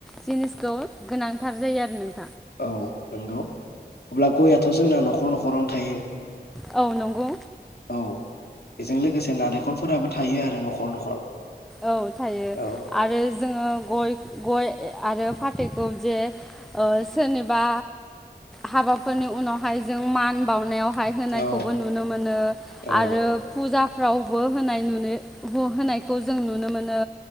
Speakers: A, in the centre; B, on the left.
A: जिनिसखौ गोनां थार जायो आरो नों
B: औ नंगौ अब्ला गयाथ' जोंना न'खर न'खरावनो थायो
A: औ नंगौ
B: औ बेजों लोगोसे नारेंखलफोराबो थायो आरो न'खर न'खर
A: औ थायो
B: औ
A: आरो जोङो गय गय ए आरो फाथैखौ जे ओ सोरनिबा हाबाफोरनि उनावहाय जों मान बावनायाव हाय होनायखौबो
B: औ
A: नुनो मोनो
B: औ
A: आरो फुजा फ्रावबो होनाय नुनो ह होनायखौ जों नुनो मोनो।